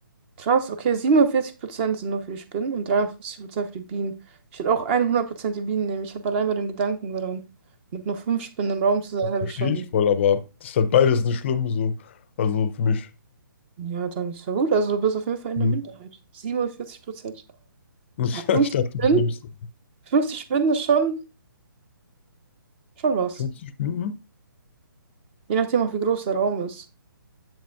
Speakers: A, on the right (about 30°); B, on the left (about 30°).
A: Krass, okay, 47% sind nur für die Spinnen und 53% für die Bienen. Ich würde auch 100% die Bienen nehmen. Ich habe allein bei dem Gedanken daran, mit nur fünf Spinnen im Raum zu sein, habe
B: Verstehe
A: ich schon.
B: ich voll, aber das ist halt beides nicht schlimm so. Also für mich.
A: Ja, dann ist ja gut. Also du bist auf jeden Fall in
B: Mhm.
A: der Minderheit. 47%.
B: <laughs>
A: Ja,
B: Ja,
A: 50
B: ich dachte,
A: Spinnen?
B: mich nimmst du.
A: fünfzig Spinnen ist schon, schon was.
B: 50 Minuten?
A: Je nachdem auch, wie groß der Raum ist.